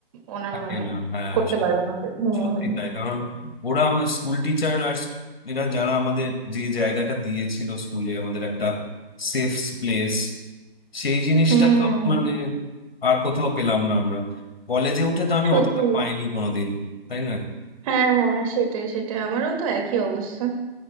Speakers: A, on the right (about 35°); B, on the left (about 70°).
A: ওনার
B: থাকে
A: মানে
B: না হ্যাঁ
A: করতে পারবে না হুম
B: সত্যি
A: হুম
B: তাই কারণ ওরা আমার স্কুল টিচার আর এরা যারা আমাদের যে জায়গাটা দিয়েছিল স্কুলে আমাদের একটা সেফ প্লেস সেই জিনিসটা
A: হুম
B: তো
A: হুম হুম
B: মানে আর কোথাও পেলাম না আমরা কলেজে উঠে তো আমি
A: সত্যি
B: অতটা পাইনি কোনোদিন তাই না
A: হ্যাঁ হ্যাঁ সেটাই সেটাই আমারও তো একই অবস্থা